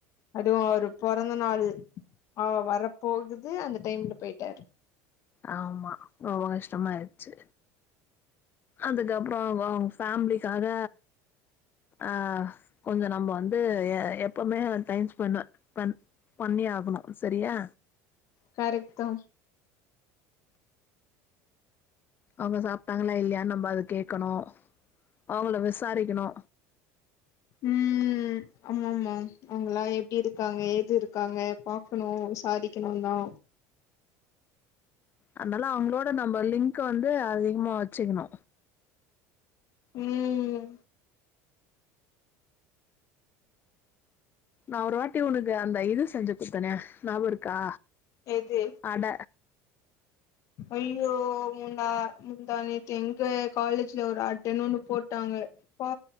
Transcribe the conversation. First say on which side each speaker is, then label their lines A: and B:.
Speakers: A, on the left; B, on the left.
A: அதுவு அவரு பொறந்த நாளு ஆ வரப்போகுது அந்த டைம்ல போயிட்டாரு
B: ஆமா ரொம்ப கஷ்டமாயிருச்சு அதுக்கப்றொ அவுங்க ஃபேமிலிக்காக ஆ கொஞ்ச நம்ம வந்து எப்பவ்மே டைம் ஸ்பெண் பண் பண்ணியே ஆகணு சரியா
A: கரெக்ட்தா
B: அவுங்க சாப்டாங்களா இல்லையா நம்ப அத கேக்கணு அவுங்கள விசாரிக்கணு
A: ம் ஆமமா அவுங்கலா எப்டி இருக்காங்க ஏது இருக்காங்க பாக்கணு விசாரிக்கனுந்தா
B: அதுனால அவுங்களோட நம்ப லிங்க் வந்து அதிகமா வச்சுக்கணு
A: ம்
B: நா ஒரு வாட்டி ஒனக்கு அந்த இது செஞ்சு குத்தனே ஞாப இருக்கா
A: எது
B: அட
A: ஐயோ முண்டா முந்தா நேத்து எங்க காலேஜ்ல ஒரு அட்டன்னு ஒன்னு போட்டாங்கப்ப